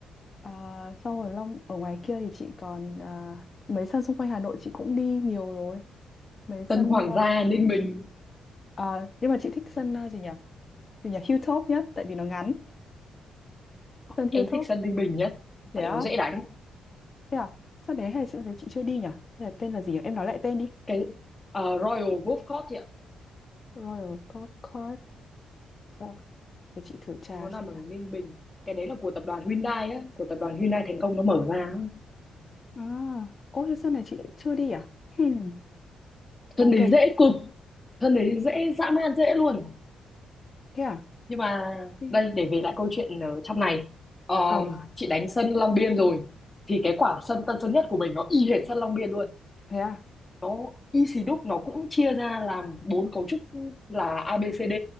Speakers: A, on the left; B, on the left.
A: à, xong rồi Long ở ngoài kia thì chị còn à, mấy sân xung quanh Hà Nội chị cũng đi nhiều rồi mấy sân
B: sân Hoàng
A: à,
B: gia Ninh Bình
A: à, nhưng mà chị thích sân à, gì nhỉ gì nhỉ Hilltop nhất tại vì nó ngắn sân
B: em
A: Hilltop
B: thích sân Ninh Bình nhá
A: thế
B: tại
A: á
B: nó dễ đánh
A: thế à sân đấy hay sân đấy chị chưa đi nhỉ hay là tên là gì nhỉ em nói lại tên đi
B: cái à, Royal Golf Course thì ạ
A: Royal Golf Course Ờ, để chị thử tra
B: nó nằm
A: xem
B: ở
A: nào
B: Ninh Bình cái đấy là của tập đoàn Hyundai á của tập đoàn Hyundai Thành Công nó mở ra á.
A: À, ô thế sân này chị lại chưa đi à? Hmm.
B: sân
A: Ok,
B: đấy dễ cực sân đấy dễ dã man dễ luôn
A: thế à?
B: nhưng mà
A: Đi.
B: đây để về lại câu chuyện ở trong này Ờ,
A: Ờ,
B: chị đánh sân Long Biên rồi thì cái quả sân Tân Sơn Nhất của mình nó y hệt sân Long Biên luôn
A: thế à?
B: nó y xì đúc nó cũng chia ra làm bốn cấu trúc là A B C D